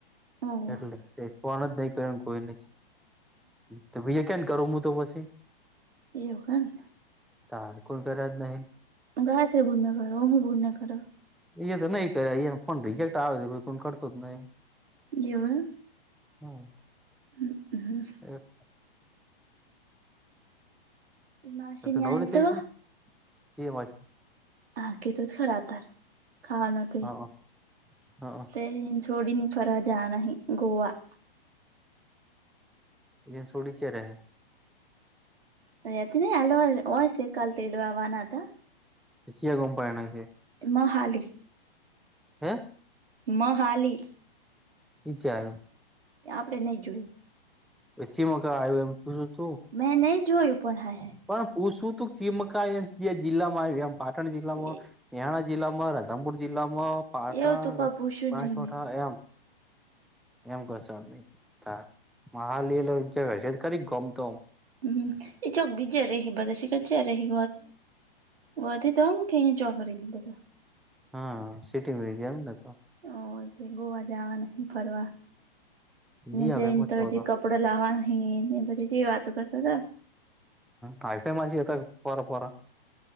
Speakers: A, on the right (about 80°); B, in the centre.
A: હોવ
B: એટલે એ ફોન જ નહી કર્યો કોઈને જ, તો ઈ એય કેમ કરું હું તો પછી.
A: એવું એમ ને?
B: તાર કોલ કર્યા જ નહીં ન.
A: ગયા થે બુન ના કરા, <unintelligible> બુનને કરા.
B: એ તો નઈ કહે, એનો ફોન રિજેક્ટ આવે છે, પછી ફોન કરતો જ નહી.
A: એવું એમ.
B: હમ્મ.
A: હમ્મ.
B: <unintelligible>
A: એ માસીની
B: તો તું નવરી
A: આય
B: થઈ
A: તો
B: ગઈ? <unintelligible>
A: હા કીધું તો ખરા અતાર, ખાવાનું તોય,
B: હા હા
A: તે થોડીની ફરવા જવા નહીં ગોવા.
B: એન સોડી ચરે હે.
A: <unintelligible> હોય છે કાલ તેડવા આવા ના હતા.
B: ચીયા ગોમ પરાને હે?
A: એ મહાલી.
B: હે?
A: મહાલી.
B: ઈ ચ્યા આયુ?
A: એ આપડે નહી જોયું.
B: એ ચી મકા આયુ એમ પૂછવું તું.
A: મેં નહી જોયું પણ હાય હાય.
B: પણ પૂછવુ તું ચીમકાય આયુ ચીયા જિલ્લામાં આયુ એમ પાટણ જિલ્લામાં
A: હાય
B: મેહાણા જિલ્લામાં રાધનપુર જિલ્લામાં પાટણ
A: એવું તો કોઈ
B: બનાસકાંઠા
A: પૂછ્યું નહી મેં
B: એમ. એમ કશો હા તાણ મહાલી ચોક હશે તો ગામ તોમ
A: હમ એ ચોક બીજે રહી બીજે શિખર ચો રે હે ગોધીધોમ કે એમ ચોક રેહે બધા.
B: હા સિટી રહે એમ ને તો
A: ઓ તે ગોવા જવા ના હે ફરવા.
B: જી
A: જઈને
B: આવે એમાં
A: તો
B: શું
A: જે
B: હતા
A: કપડો લાવવાનું હે એ બધી જે વાતો કરતા હતા.
B: હાઈ ફાઇ માસી હતા ફોરા ફોરા